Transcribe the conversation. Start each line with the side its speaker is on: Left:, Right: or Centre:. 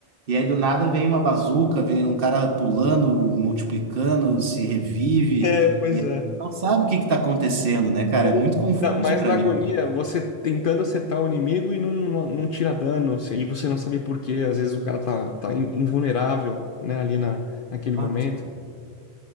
Right: e aí do nada vem uma bazuca, vem um cara pulando, multiplicando, se revive
Left: É, pois é.
Right: não sabe o que está acontecendo, né, cara?
Left: Ou
Right: É muito confuso
Left: o que dá mais
Right: para
Left: da
Right: mim.
Left: agonia, você tentando acertar o inimigo e não, não, não tira dano, assim, e você não sabe por quê. Às vezes o cara tá, tá in- invulnerável, né, ali na, naquele
Right: Exato,
Left: momento.
Right: cara.